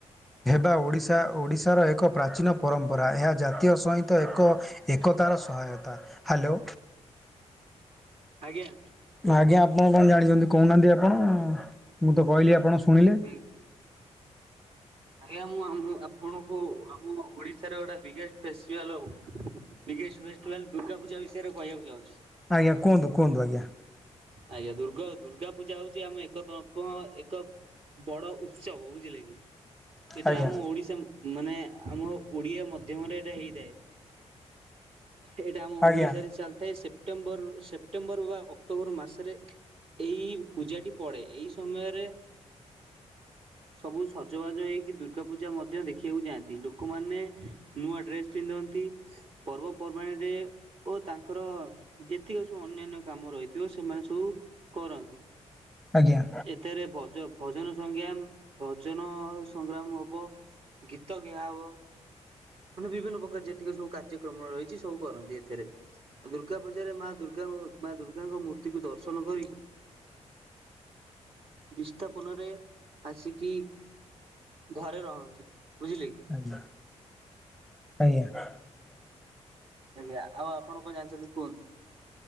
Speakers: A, in the centre; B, on the right.
A: ହେବା ଓଡିଶା ଓଡ଼ିଶ ର ଏକ ପ୍ରାଚୀନ ପରମ୍ପରା ଏହା ଜାତୀୟ ସହିତ ଏକ ଏକତାର ସହାୟତା। ହାଲୋ।
B: ଆଜ୍ଞା।
A: ଆଜ୍ଞା ଆପଣ କଣ ଜାଣିଚନ୍ତି କହୁନାହାନ୍ତି ଆପଣ ମୁଁ ତ କହିଲି ଆପଣ ଶୁଣିଲେ।
B: ହୁଁ। ଆଜ୍ଞା ମୁଁ ଆମ ଆପଣଙ୍କୁ ଆମ ଓଡିଶାର ଗୋଟେ ବିଗେଷ୍ଟ ଫେଷ୍ଟିଭାଲ ହଉ ବିଗେଷ୍ଟ ଫେଷ୍ଟିଭାଲ ଦୁର୍ଗା ପୂଜା ବିଷୟରେ କହିବାକୁ ଯାଉଚି।
A: ଆଜ୍ଞା କୁହନ୍ତୁ କୁହନ୍ତୁ ଆଜ୍ଞା।
B: ଆଜ୍ଞା ଦୁର୍ଗା ଦୁର୍ଗା ପୂଜା ହଉଚି ଆମ ଏକ <unintelligible> ଏକ ବଡ ଉତ୍ସବ। ବୁଝିଲେ କିି? ଏଇଟା
A: ଆଜ୍ଞା
B: ଆମ ଓଡିଶା ମାନେ ଆମ ଓଡିଆ ମଧ୍ୟମରେ ଏଇଟା ହେଇଥାଏ। ଏଇଟା ଆମ
A: ଆଜ୍ଞା
B: ଓଡିଶାରେ ଚାଲିଥାଏ ସେପ୍ଟେମ୍ବର ସେପ୍ଟେମ୍ବର ବା ଅକ୍ଟୋବର ମାସ ରେ ଏଇ ପୂଜାଟି ପଡେ। ଏଇ ସମୟରେ ସବୁ ସଜବାଜ ହେଇକି ଦୁର୍ଗା ପୂଜା ମଧ୍ୟ ଦେଖିବାକୁ ଯାଆନ୍ତି। ଲୋକମାନେ ନୂଆ ଡ୍ରେସ ପିନ୍ଧନ୍ତି। ପର୍ବପର୍ବାଣିରେ ଓ ତାଙ୍କର ଯେତିକି ସବୁ ଅନ୍ୟାନ୍ୟ କାମ ରହିଥିବ ସେମାନେ ସବୁ କରନ୍ତି।
A: ଆଜ୍ଞା।
B: ଏଥିରେ ଭଜ ଭଜନ ସଂଙ୍ଗିଆମ ଭଜନ ସଂଗ୍ରାମ ହବ। ଗୀତ ଗିଆହବ। ମାନେ ବିଭିନ୍ନ ପ୍ରକାର ଯେତିକି ସବୁ କାର୍ଯ୍ୟକ୍ରମ ରହିଚି ସବୁ କରନ୍ତି ଏଥିରେ। ଦୁର୍ଗା ପୂଜାରେ ମା ଦୁର୍ଗା ମା ଦୁର୍ଗାଙ୍କ ମୂର୍ତ୍ତିକୁୁ ଦର୍ଶନ କରିକି ବିସ୍ଥାପନରେ ଆସିକି ଘରେ ରହନ୍ତି ବୁଝିଲେ କି?
A: ଆଜ୍ଞା। ଆଜ୍ଞା।
B: ଆଜ୍ଞା ଆଉ ଆପଣ କଣ ଜାଣିଚନ୍ତି କୁହନ୍ତୁ।